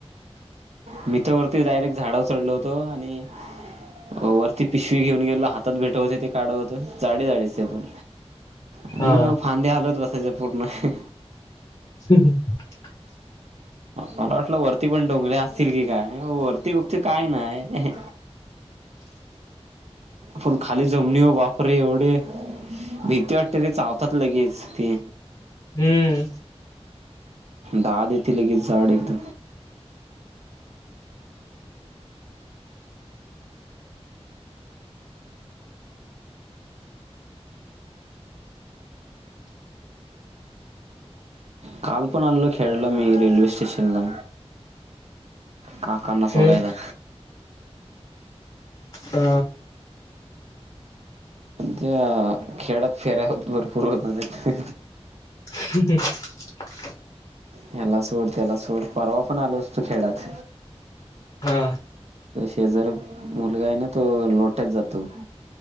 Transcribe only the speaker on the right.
मी तर वरती डायरेक्ट झाडावर चढलो होतो आणि वरती पिशवी घेऊन गेलो हातात भेटवते ते काढत होत जाडे जाडेच पण आणि
मग फांदे हालत बसायचे अह ह
मला वाटलं वरती पण डोंगल्या असतील की काय वरती बघतो काय नाही अह. पण खाली जमीनीवर बापरे एवढे भीती वाटते ते चावतात लगेच ते
दहा दे लगेच झाड येत काल पण आणलं, खेळलं मी रेल्वे स्टेशनला. काकांना सोडायला
त्या खेळात फेऱ्या होत भरपूर होणारेत ह
ह्याला सोड, त्याला सोड, परवा पण आलो असतो खेळात.
जर मुलगा आहे ना तो लोट्यात जातो.